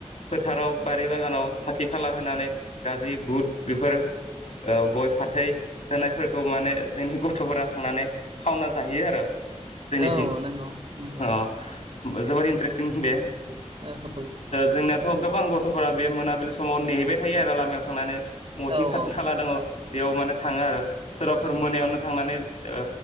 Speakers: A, on the left (about 70°); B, on the right (about 55°).
A: फोथाराव बारि बागानाव साखि खाला होनानै गाज्रि बुट बेफोर ओ गय फाथै होनायफोरखौ माने जोंनि गथ'फोरा थांनानै खावना जाहैयो आरो
B: औ
A: जोंनिथिं
B: नंगौ नंगौ
A: औ जोबोर इन्ट्रेस्टिं बे
B: औ
A: जोंना थ गोबां गथ'फोरा बे मोनाबिलि समाव नेहैबाय थायो आरो लामायाव थांनानै अथिं
B: औ
A: सारथि खाला दङ बेयाव माने थाङो आरो सोरबाफोर
B: नंगौ
A: मोनायावनो थांनानै ओ